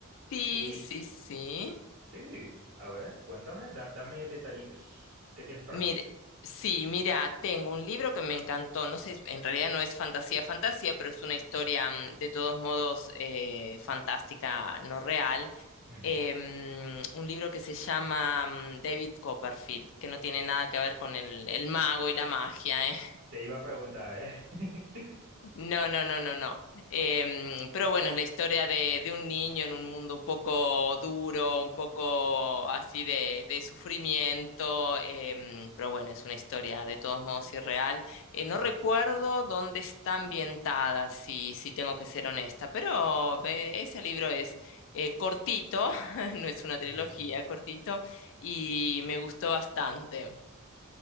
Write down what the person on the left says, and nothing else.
Sí,
sí, sí.
Mire,
sí, mira, tengo un libro que me encantó. No sé, en realidad no es fantasía, fantasía, pero es una historia mm, de todos modos eh, fantástica, no real
em, un libro que se llama mm, David Copperfield, que no tiene nada que ver con el, el mago y la magia, ¿eh?
No, no, no, no, no. Em, pero bueno, es la historia de, de un niño en un mundo un poco duro, un poco así de, de sufrimiento, em, pero bueno, es una historia de todos modos irreal. Eh, no
recuerdo dónde está ambientada, si, si tengo que ser honesta, pero eh, ese libro es eh, cortito, <laughs> no es una trilogía,
cortito, y me gustó bastante.